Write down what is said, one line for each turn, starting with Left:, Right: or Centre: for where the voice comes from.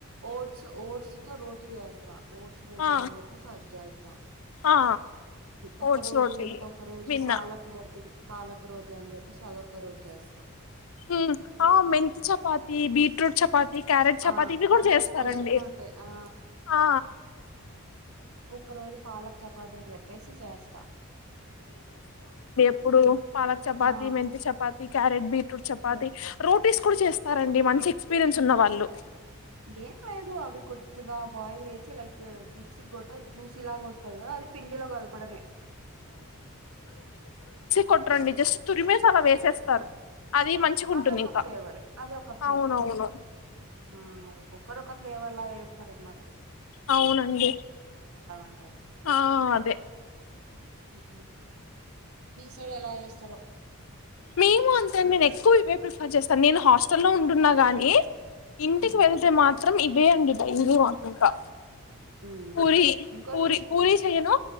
Right: ఓట్స్ ఓట్స్ తో రోటీ చేస్తా ఓట్స్ రోటీ
Left: ఆ
Right: అని చెప్పేసి అది జేస్తా
Left: ఆ
Right: ఒక
Left: ఓట్స్
Right: రోజు
Left: రోటీ
Right: ఇంకొక రోజు
Left: విన్నా
Right: పాలక్ రోటి పాలక్ రోటీ అని చెప్పిసి అదొక రోజు చేస్తా
Left: ఉ ఆ మెంతి చపాతి బీట్ రూట్ చపాతి ఈ క్యారెట్ చపాతి
Right: ఆ
Left: ఇవి
Right: కలర్
Left: కూడా చేస్తారండి
Right: కలర్ గా ఉంటాయి ఆ
Left: ఆ
Right: ఒక రోజు పాలక్ చపాతి అని చెప్పేసి చేస్తా
Left: ఇప్పుడు పాలక్ చపాతి
Right: ఆ
Left: మెంతి చపాతి క్యారెట్ బీట్రూట్ చపాతి రోటీస్ కూడా చేస్తారండి మంచి ఎక్పీరియన్స్ ఉన్నవాళ్ళు
Right: ఏం లేదు అవి కొద్దిగా బాయిల్ వేసి లైక్ మిక్సీకి కొ తే జ్యూసీ లాగ వస్తాది కదా అది పిండిలో కలపడమే
Left: కొట్రాండి జస్ట్ తురి మేస్ అలా వేసేస్తారు అది మంచిగుంటుంది
Right: అది ఒక
Left: ఇంకా
Right: ఫ్లేవర్ అది ఒక ఫ్లేవర్
Left: అవునవును
Right: ఆ ఒక్కొక్కరు ఒక ఫ్లేవర్ లా చేస్తార అనమాట
Left: అవునండి
Right: ఉంటది
Left: ఆ అదే
Right: ఉ మీసైడ్ ఎలా చేస్తారో
Left: మేము అంతే నేను ఎక్కువ ఇవే ప్రిఫర్ చేస్తాను నేను హాస్టల్ల్లో ఉంటున్నా గాని ఇంటికి
Right: ఉమ్
Left: వెళ్తే మాత్రం ఇవె అండి డైలీ వంట ఇంకా
Right: ఉమ్
Left: పూరి
Right: ఇంకోటి
Left: పూరి పూరి చెయను